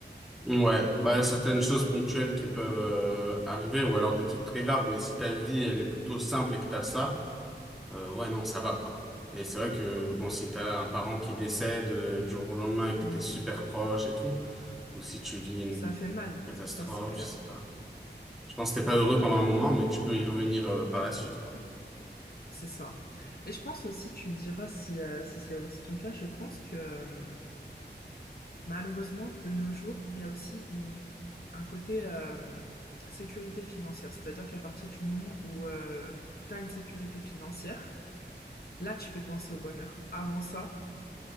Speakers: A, in the centre; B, on the left (about 55°).
A: ouais. Bah, certaines choses ponctuelles qui peuvent euh, arriver, ou alors des trucs très graves, mais si ta vie, elle est plutôt simple et que t'as ça, euh, ouais, non, ça va, quoi. Et c'est vrai que, bon, si t'as un parent qui décède euh, du jour au lendemain et que
B: Oui,
A: t'es super proche et tout, ou si tu vis une
B: ça fait mal,
A: catastrophe,
B: ça c'est clair.
A: je sais pas. Je pense que t'es pas heureux pendant un moment, mais tu peux y revenir euh, par la suite, quoi.
B: C'est ça. Et je pense aussi, tu me diras si, euh, si c'est aussi ton cas, je pense que euh, malheureusement, de nos jours, il y a aussi une- un côté euh, sécurité financière. C'est-à-dire qu'à partir du moment où tu as une sécurité financière, Là, tu peux penser au bonheur. Avant ça,